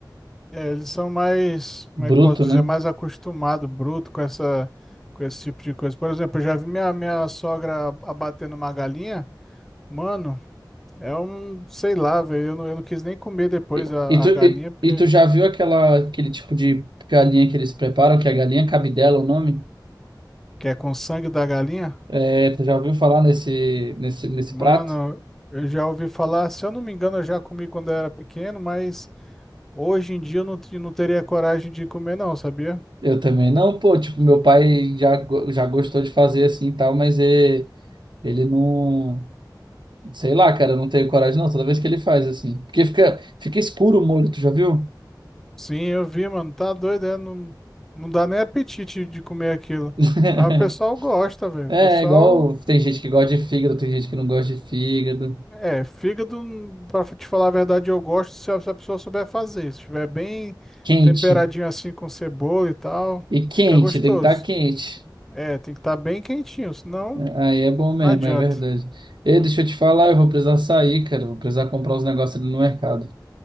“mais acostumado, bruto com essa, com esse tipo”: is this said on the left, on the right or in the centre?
Centre